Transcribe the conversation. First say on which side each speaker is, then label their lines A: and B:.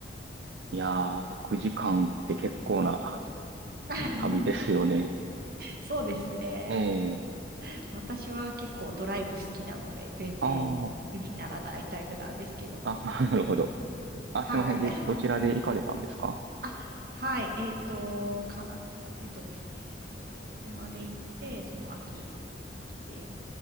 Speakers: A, on the right; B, on the right.
A: いやー、
B: はい。
A: 6時間って結構な
B: <laughs>
A: 旅ですよね。
B: そうですね。
A: えー、
B: 私は結構ドライブ好きなので、全然苦にならないタイプなんですけど。
A: あー、あ、<laughs> なるほど。あ、
B: はい。
A: すいません。で、
B: <laughs>
A: どちらで行かれたんですか
B: あ、はい。えっと、かな、えっとですね。そうだ。車で行って、そう、秋、秋で。